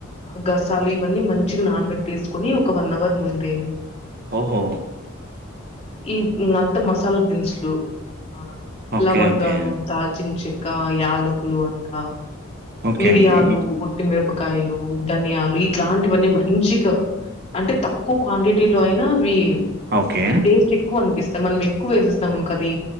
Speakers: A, on the left; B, on the right.
A: గసాలు ఇవన్నీ మంచిగా నానబెట్టి వేసుకొని ఒక వన్ అవర్ ముందే
B: ఓహో
A: ఈ అంత మసాలా దినుసులు ఆ
B: ఓకే
A: లవంగాలు
B: ఓకే
A: దాల్చిన చెక్క యాలకులు అంట
B: ఓకే
A: మిరియాలు
B: అండి
A: ఒట్టిమిరపకాయలు ధనియాలు ఇట్లాంటివన్నీ మంచి మంచిగా అంటే తక్కువ క్వాంటిటీలో అయినాఅవి
B: ఓకే
A: టేస్ట్ ఎక్కువ అనిపిస్తు మనం ఎక్కువ వేసేస్తామనుకో అది